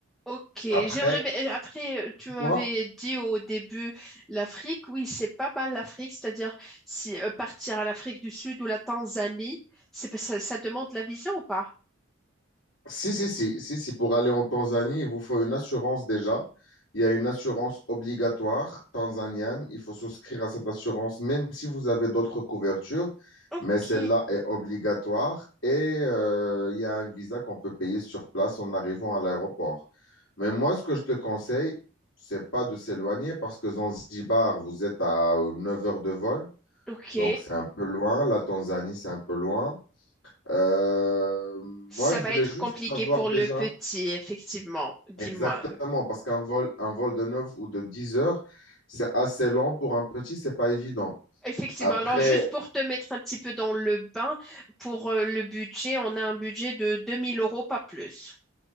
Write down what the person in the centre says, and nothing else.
Ok,
j'aimerais bien. euh, Après, euh, tu m'avais
dit au début l'Afrique. Oui, c'est pas mal l'Afrique, c'est-à-dire si euh, partir à l'Afrique du Sud ou la Tanzanie, c'est pas- ça, ça demande la visa ou pas?
Ok,
ok.
Ça
va
être
compliqué
pour
le petit, effectivement. Dis-moi.
Effectivement.
Alors, juste pour te mettre un petit peu dans le bain, pour euh, le budget, on a un budget de 2000 euros, pas plus.